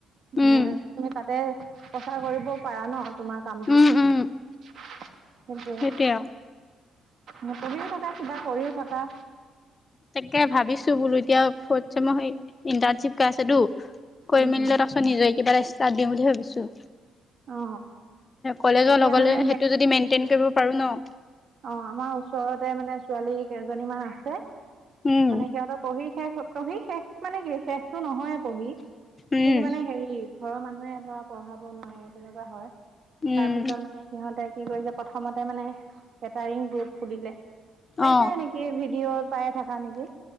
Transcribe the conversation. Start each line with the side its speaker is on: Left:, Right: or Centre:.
Right: মানে
Left: উম
Right: তুমি তাতে প্ৰচাৰ কৰিব পাৰা ন তোমাক। কামটো।
Left: উম উম
Right: সেইটোৱেই
Left: সেইটোৱে আৰু
Right: মুকলিও থাকা কিবা কৰিও থকা।
Left: তাকে ভাবিছোঁ বোলো এতিয়া ফ্ৰটচেমৰ ইন্টৰশ্বিপ কা আছেতো কৈ
Right: উম
Left: মেলি
Right: উম
Left: তাৰ পিছত নিজে কিবা এ ইস্তাত দিম বুলি ভাবিছোঁ
Right: অ
Left: কলেজৰ
Right: এতিয়া
Left: নগলেও
Right: মানে
Left: সেইটো যদি মেইন্টেইন কৰিব পাৰোঁ ন,
Right: অহ' আমাৰ ওচৰতে মানে ছোৱালী কেইজনী মান আছে।
Left: উম
Right: মানে সিহঁতৰ পঢ়ি শেষ, পঢ়ি শেষ মানে কি শেষটো নহয়ে পঢ়ি।
Left: উম
Right: কিন্তু মানে হেৰি, ঘৰৰ মানুহে ধৰা পঢ়াব নোৱাৰে তেনেকুৱা হয়।
Left: উম
Right: তাৰপিছত মানে সিহঁতে কি কৰিছে প্ৰথমতে মানে কেটাৰিং গ্ৰুপ খুলিলে। পাইছা
Left: অ
Right: নেকি ভিডিঅ' পায়ে থাকা নেকি,